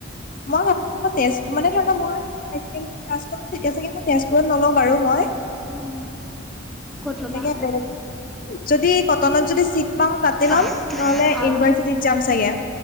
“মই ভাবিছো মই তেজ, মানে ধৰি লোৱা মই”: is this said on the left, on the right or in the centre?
Left